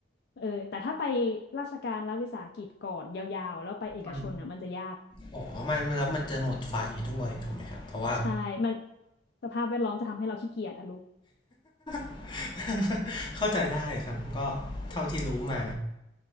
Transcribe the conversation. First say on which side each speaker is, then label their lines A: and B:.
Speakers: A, on the left (about 55°); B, on the left (about 25°).
A: เออแต่ถ้าไปราชการรัฐวิสาหกิจก่อนยาวๆแล้วไปเอกชนน่ะมันจะยาก
B: มันอ๋อมันแล้วมันจะหมดไฟด้วยถูกไหมครับเพราะว่า
A: ใช่มันสภาพแวดล้อมจะทำให้เราขี้เกียจอะลูก
B: <laughs> เข้าใจได้ครับก็เท่าที่รู้มา